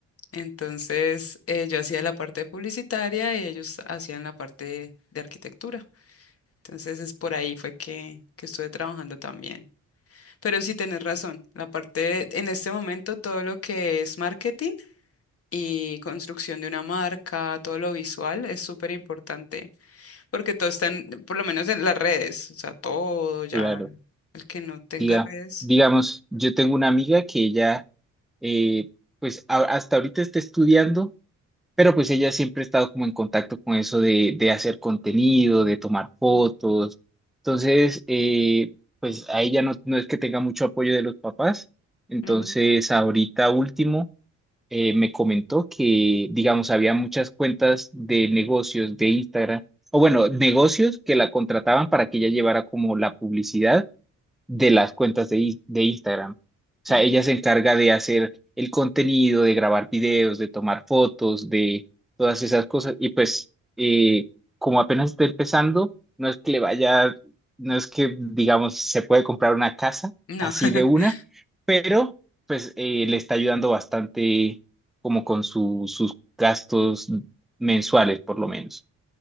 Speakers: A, on the left; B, in the centre.
A: entonces eh, yo hacía la parte publicitaria y ellos hacían la parte de arquitectura. Entonces es por ahí fue que, que estuve trabajando también. Pero sí tenés razón, la parte, en este momento todo lo que es marketing y construcción de una marca, todo lo visual es súper importante Porque todo está en, por lo menos en las redes, o sea, todo ya,
B: claro.
A: el que no tenga
B: Diga,
A: redes.
B: digamos, yo tengo una amiga que ella, eh, pues a- hasta ahorita está estudiando, pero pues ella siempre ha estado como en contacto con eso de, de hacer contenido, de tomar fotos. Entonces, eh, pues a ella no, no es que tenga mucho apoyo de los papás. Entonces,
A: ujú,
B: ahorita último eh, me comentó que, digamos, había muchas cuentas de negocios de Instagram, o bueno, negocios que la contrataban para que ella llevara como la publicidad de las cuentas de, I- de Instagram. O sea,
A: ujú,
B: ella se encarga de hacer el contenido, de grabar videos, de tomar fotos, de todas esas cosas. Y pues, eh, como apenas está empezando, no es que le vaya, no es que, digamos, se puede comprar una casa
A: No,
B: así
A: <laughs>
B: de una, pero pues eh, le está ayudando bastante como con su- sus gastos mensuales, por lo menos.